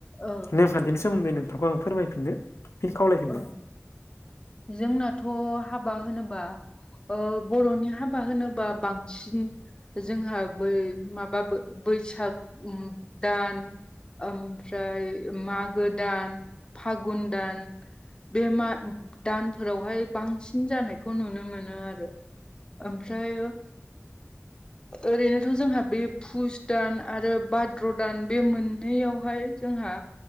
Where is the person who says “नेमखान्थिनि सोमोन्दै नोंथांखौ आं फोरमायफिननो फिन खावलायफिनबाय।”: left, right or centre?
Left